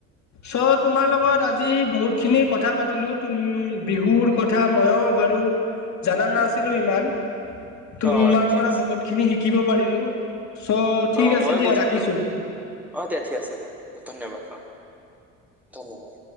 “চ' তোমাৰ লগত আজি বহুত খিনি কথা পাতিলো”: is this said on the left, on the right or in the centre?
Left